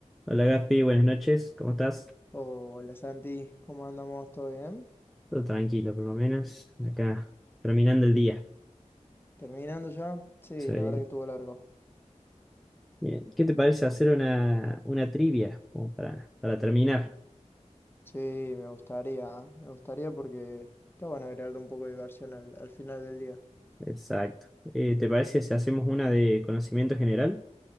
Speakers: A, in the centre; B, on the left (about 15°).
A: Hola Gaspi, buenas noches, ¿cómo estás?
B: Hola Santi, ¿cómo andamos? ¿Todo bien?
A: Todo tranquilo, por lo menos. Acá, terminando el día.
B: ¿Terminando ya? Sí,
A: Soy-
B: la verdad que estuvo largo.
A: Bien. ¿Qué te parece hacer una, una trivia como para, para terminar?
B: Sí, me gustaría, ¿eh? me gustaría porque está bueno agregarle un poco de diversión al, al final del día.
A: Exacto. Eh, ¿te parece si hacemos una de conocimiento general?